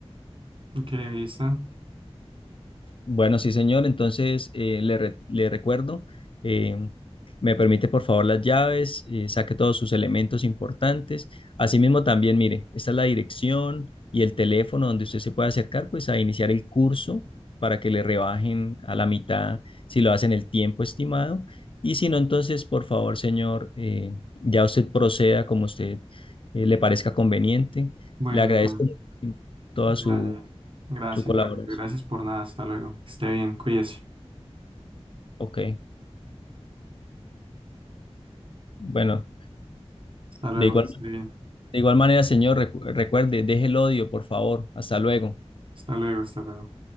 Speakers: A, on the right; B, on the left.
A: Ok, ahí está.
B: Bueno, sí, señor. Entonces, eh, le, re- le recuerdo, eh, me permite por favor las llaves, eh, saque todos sus elementos importantes. Asimismo, también, mire, esta es la dirección y el teléfono donde usted se puede acercar, pues, a iniciar el curso para que le rebajen a la mitad si lo hacen el tiempo estimado. Y si no, entonces, por favor, señor, eh, ya usted proceda como usted eh, le parezca conveniente.
A: Bueno,
B: Le agradezco toda
A: ya,
B: su,
A: ya, ya. Gracias,
B: su colaboración.
A: gracias, gracias por nada. Hasta luego. Que esté bien, cuídese.
B: Ok, bueno.
A: Hasta luego,
B: De igual,
A: que esté bien.
B: de igual manera, Señor, recu- recuerde, deje el odio, por favor. Hasta luego.
A: Hasta luego, hasta luego.